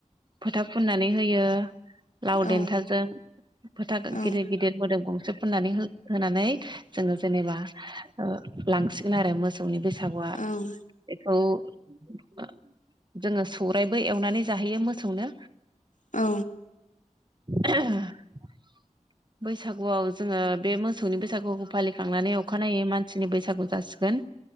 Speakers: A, on the right; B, on the left.
A: फोथा फुननानै होयो। लाव
B: औ
A: देन्थाजों फोथा गिदिर
B: औ
A: गिदिर मोदोम गंसे <unintelligible> फुननानै होनानै जोङो जेनेबा ओ लांसिगोन आरो मोसौनि बैसागुआ
B: औ
A: औ जोङो सौरायबो एवनानै जाहोयो मोसौनो
B: औ
A: <inaudible> बैसागुआव जोङो बे मोसौनि बैसागुखौ फालिखांनानै अखानायै मानसिनि बैसागु जासिगोन